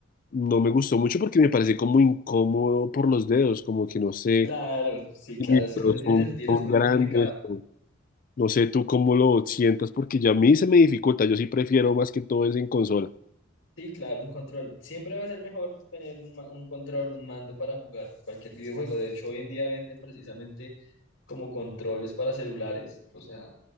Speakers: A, on the left (about 45°); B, on the left (about 80°).
A: no me gustó mucho porque me parece como incómodo por los dedos, como que no sé,
B: Claro, sí,
A: si
B: claro.
A: mis
B: Si
A: dedos
B: no le tienes
A: son,
B: el tiro
A: son
B: es muy
A: grandes.
B: complicado.
A: No sé tú cómo lo sientas, porque ya a mí se me dificulta. Yo sí prefiero más que todo es en consola.
B: Sí, claro, un control. Siempre va a ser mejor tener un, ma- un control, un mando para jugar cualquier videojuego. De hecho, hoy en día venden precisamente como controles para celulares. O sea,